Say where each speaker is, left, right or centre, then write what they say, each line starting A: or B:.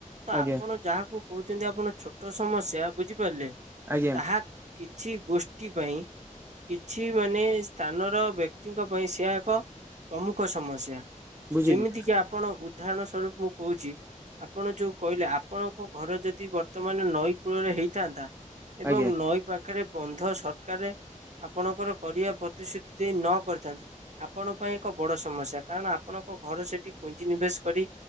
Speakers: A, on the right; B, on the right.
A: ତ
B: ଆଜ୍ଞା
A: ଆପଣ ଯାହାକୁ କହୁଛନ୍ତି ଆପଣ ଛୋଟ ସମସ୍ୟା ବୁଝିପାରିଲେ
B: ଆଜ୍ଞା
A: ତାହା କିଛି ଗୋଷ୍ଠୀ ପାଇଁ କିଛି ମାନେ ସ୍ଥାନର ବ୍ୟକ୍ତି ବ୍ୟକ୍ତିଙ୍କ ପାଇଁ ସେଆ ଏକ ପ୍ରମୁଖ ସମସ୍ୟା
B: ବୁଝିଲି
A: ଯେମିତି କିି ଆପଣ ବୁଜ୍ ଉଦାହରଣ ସ୍ୱରୂପ ମୁଁ କହୁଛି ଆପଣ ଯୋଉ କହିଲେ ଆପଣଙ୍କ ଘର ଯଦି ବର୍ତ୍ତମାନ ନଈ କୂଳରେ ହେଇଥାନ୍ତା ଏବଂ
B: ଆଜ୍ଞା
A: ନଈ ପାଖରେ ବନ୍ଧ ସରକାର ଆପଣଙ୍କର କରିବା ପ୍ରତିଶ୍ରୁତି ଦେଇ ନ କରିଥାନ୍ତି ଆପଣଙ୍କ ପାଇଁ ଏକ ବଡ଼ ସମସ୍ୟା କାରଣ ଆପଣଙ୍କ ଘର ସେଠି ପୁଞ୍ଜି ନିବେଶ କରି